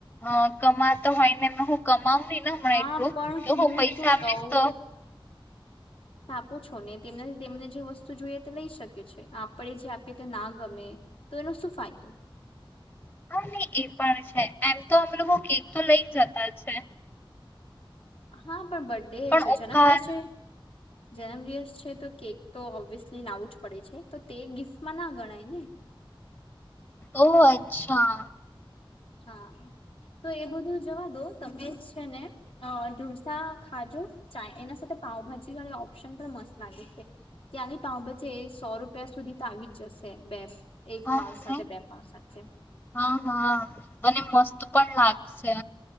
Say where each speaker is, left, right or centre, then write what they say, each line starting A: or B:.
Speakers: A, on the left; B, on the left.
A: અ કમાતો હોયને હું કમાવ હી ને હમણાં
B: હા
A: એટલું
B: પણ
A: તો હું પૈસા
B: શું
A: આપીશ
B: કહું
A: તો
B: પૂછો ને તેમને જે વસ્તુ જોઈએ તે લઈ શકે છે આપણે જે આપીએ તે ના ગમે તો એનો શું ફાયદો.
A: હા નહી એ પણ છે એમ તો અમે લોકો કેક તો લઈ જતા છે.
B: હા પણ બર્ડે
A: પણ
B: જો
A: ઉપહાર
B: જન્મ દિવસ છે. જન્મદિવસ છે તો કેક તો ઓબ્વિયસલી લાવું જ પડે છે. તો તે ગિફ્ટમાં ના ગણાય ને.
A: ઓહ અચ્છા.
B: હા તો એ બધું જવા દો તમે છે ને અ ઢોસા ખાજો ચા એના સાથે પાઉભાજી વાળી ઓપ્શન પણ મસ્ત લાગે છે ત્યાંની પાઉભાજી એ સો રૂપિયા સુધી તો આવી જ જશે બે. એક
A: હા
B: પાઉસ સાથે
A: ને
B: બે પાઉ સાચે.
A: હા હા અને મસ્ત પણ લાગશે.